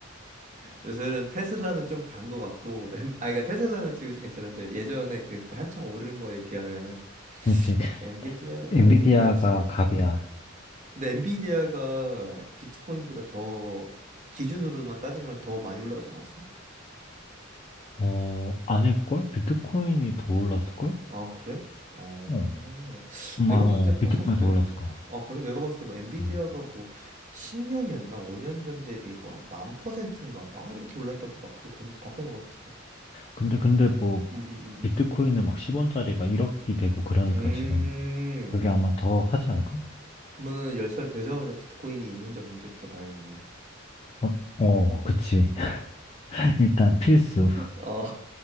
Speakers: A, on the right (about 40°); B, on the left (about 30°).
A: 요새는 테슬라는 좀 간 거 같고, 엠, 아, 그러니까 테슬라는 지금 이제 괜찮은데 예전에 그때 한창 오른 거에 비하면은
B: 그렇지
A: 엔비디아가
B: 엔비디아가
A: 좀 낫지.
B: 갑이야
A: 근데 엔비디아가 비트코인보다 더 기준으로만 따지면 더 많이 올라가지 않았어?
B: 어 아닐걸 비트코인이 더 올랐을걸
A: 아, 그래? 어.
B: 어, 음,
A: 내가
B: 아, 어,
A: 그때
B: 어
A: 봤었을
B: 비트코인이
A: 때
B: 더 올랐을 거야
A: 아, 그래? 내가 봤을 때 뭐 엔비디아가
B: 어.
A: 뭐 10년이었나? 5년 전 대비 뭐 만 퍼센트인가? 막 이렇게 올랐다고 막 그거 번- 봤던 것 같아서.
B: 근데 근데 뭐
A: 음, 음, 음.
B: 비트코인은 막 10원짜리가 1억이 되고 그러니까
A: 음.
B: 지금 그게 아마
A: 음.
B: 더 하지 않을까?
A: 그러면은 10살 되자마자 비트코인이 있는지 없는지부터 봐야겠네.
B: 어, 어, 그치. <laughs> 일단 필수.
A: 어.